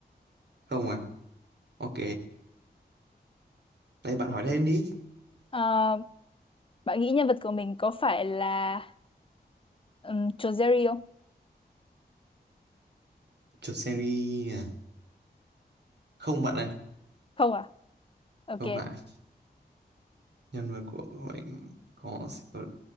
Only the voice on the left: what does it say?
Ờ, bạn nghĩ nhân vật của mình có phải là um, Joe Jerry không?
Không à? Ok.